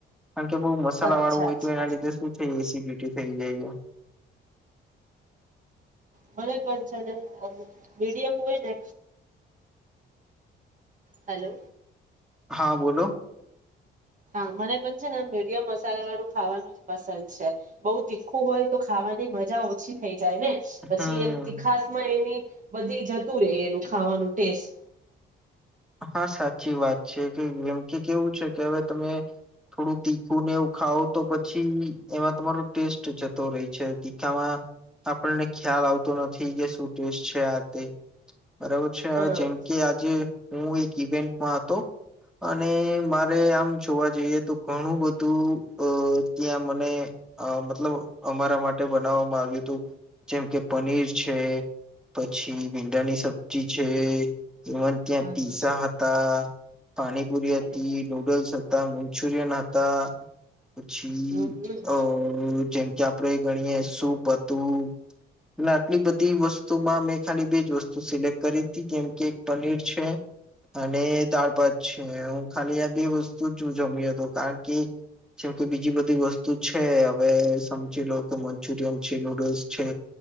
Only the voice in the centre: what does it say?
કારણ કે બઉુ મસાલા
વાળું હોય
તો એના લીધે શું થાય એસિડિટી થઈ જાય છે.
હા બોલો.
હમ
હા સાચી વાત છે કે એમ કે કેવું છે કે હવે તમે થોડું તીખું ને એવું ખાાવ તો પછી એમાં તમારો ટેસ્ટ જતો રહેહી છે તીખામાં આપણને ખ્યાલ આવતો. તો નથી કે શું ટેસ. શ આ તે. બરાબર છે
હવે જેમ કે આજે. હું એક ઇવેન્ટમાં હતો અને મારે આમ જોવા જઈએ તો ઘણું બધું અ ત્યાં મને મતલબ અમારા માટે બનાવવામાં આવ્યું હતું જેમ કે પનીર છે પછી ભીંડાની સબ્જી છે. ત્યાં
પીઝા
હતા. પાણીપુરી
હતી
નુડલ્સ હતા મંચુરિયન હતા પછી
અ જેમ કે આપડે ગણીએ સૂપ હતું એટ આટલી બધી વસ્તુમાં મેં ખાલી બેજ વસ્તુ સિલેક્ટ કરી હતી જેમકે એક પનીર. અને દાળ ભાત છે હું ખાલી આ બે વસ્તુ જ જમી હતો કારણ કે જેમ કે બીજી બધી વસ્તુ છે હવે સમજી લો કે મંચુરિયન છે નુડલ્સ છે